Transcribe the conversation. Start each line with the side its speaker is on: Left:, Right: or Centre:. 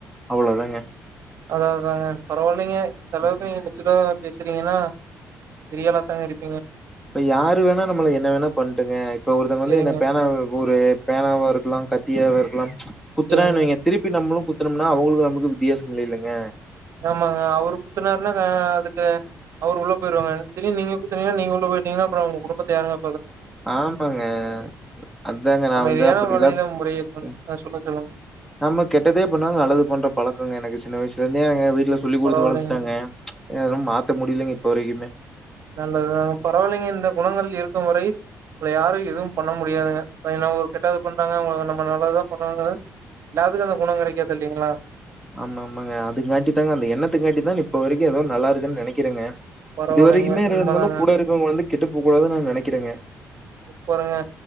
Centre: அவ்வளோ தாங்க
Right: அதான் ஆமாங்க பரவாயில்லைங்க இந்த அளவுக்கு
Centre: ம்.
Right: நீங்க மெச்சூடா பேசு பாத்தீங்கன்னா பெரியாலா தாங்க இருப்
Centre: இப்ப யாரு வேணா நம்மளை என்ன வேணா பண்ணிட்டுங்க இப்ப ஒருத்தவங்க வந்து
Right: சரிங்க.
Centre: என்ன பேனா ஒரு பேனாவா இருக்கலா கத் கத்தியாக இருக்கலாம் குத்துனானுவைங்க
Right: செரிங்க.
Centre: திருப்பி நம்மளும் குத்துணும்னா அவங்களுக்கு நமக்கு வித்தியாச இல்லைங்க
Right: ஆமாங்க அவரு குத்துனாருனா அ அதுக்கு அவரு உள்ள போயிடுவாங்க திடீர்னு நீங்க குத்துனீங்கன்னா நீங்க உள்ள போயிட்டீங்கன்னா அப்புறம் ஒங்க குடும்பத்தயாருங்க
Centre: ஆமாங்க அதாங்க நா
Right: அமைதியான
Centre: வந்து அப்படில்லாம்
Right: வழியில முறைய கொண்
Centre: ம்
Right: அ சொல்லுங்க, சொல்லுங்க.
Centre: நம்ம கெட்டதே பண்ணாங்க நல்லது பண்ற பழக்கங்க எனக்கு சின்ன வயச சொன்ங்க வீட்டு இத சொல்லி கொடுத்து
Right: பரவாயில்லைங்க.
Centre: வளர்த்துட்டாங்க ஏங்க மாத்த முடியலைங்க இப்ப வரைக்குமே
Right: நல்லது தாங்க பரவாயில்லைங்க இந்த குணங்கள் இருக்கும் வரை உங்கள யாரும் எதுவும் பண்ண முடியாதுங்க என்ன ஒரு கெட்டாவது பண்றாங்க அவுங்களுக்கு நம்ம நல்லதான் பண்ணாங்கது எல்லாத்துக்கும் அந்த குணம் கிடைக்றதுல்லலைங்களா
Centre: ஆமா ஆமாங்க அதுக்காட்டி தாங்க அந்த எண்ணத்துக்கு காட்டி தான் இப்ப வரைக்கும் ஏதோ நல்லாருக்குன்னு நெனைக்கிறேங்க
Right: பரவாயில்லைங்க.
Centre: இது வரைக்குமே இது
Right: உண்மதாங்க.
Centre: இருந்தாலும் கூட இருக்கிறவுங்க வந்து கெட்டு போ கூடாது நான் நெனைக்கிறேங்க
Right: சூப்பருங்க.